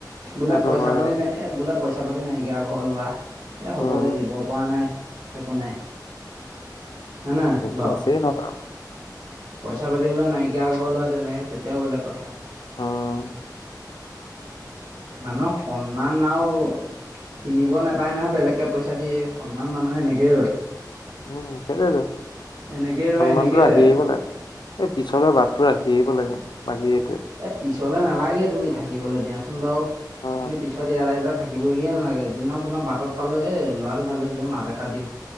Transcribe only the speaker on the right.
বোলে
পইচা
পাতি
নাই এ বোলে পইচা পাতি নাইকিয়া ঘৰৰ লৰা। এ হ'ব
দে, দিব পৰা নাই, একো নাই। হয় নহয়
বাৰু
পইচা পাতি বোলে নাইকিয়া ঘৰৰ ল'ৰা, তেনেকে-তেতিয়াও বেলেগ কথা।
মানুহৰ সন্মান আৰু কিনিব নাপায় নহয় বেলেগকে পইচা দি, সন্মান মানুহৰ এনেকেই ৰয়।
এনেকেই ৰয়
এনেকেই
যায়
এ পিছলে নালাগেই তুমি থাকিবলৈ দিয়াচোন বাৰু,
তুমি পিছত ইয়াত আহি পেলাই থাক দিবহিয়েই নালাগে, যি নহওঁক তোমাৰ বাটত পালেও এই ল'ৰাটো ভাল আছিলে, মাত এষাৰ দিওঁ।